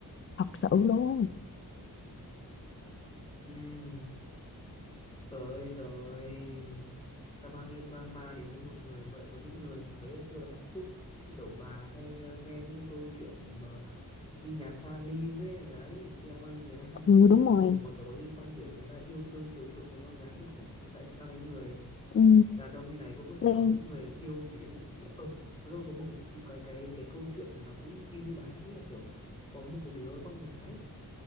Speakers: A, on the left; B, on the left.
A: thật sự luôn
B: Ừm Tới rồi Sao bao nhiêu drama đến với một người vậy Có những người thì thấy hồi xưa là hạnh phúc Như kiểu bà hay ờ, nghe những cái câu chuyện mà Như nhà Salim ấy Đấy em ơi người ta hạnh
A: ừ
B: phúc vô
A: đúng rồi
B: cùng Mà kiểu có những cái quan điểm của người ta yêu thương chiều chuộng người con gái kinh khủng Mà Tại sao cái người
A: ừ,
B: đàn ông như này Vẫn có thể
A: Lan,
B: có những người yêu như thế nhỉ Ý là- Ờ mà tôi có một cái cái cái cái câu chuyện là cũng y như bà ấy ý là kiểu có một cái đứa con gái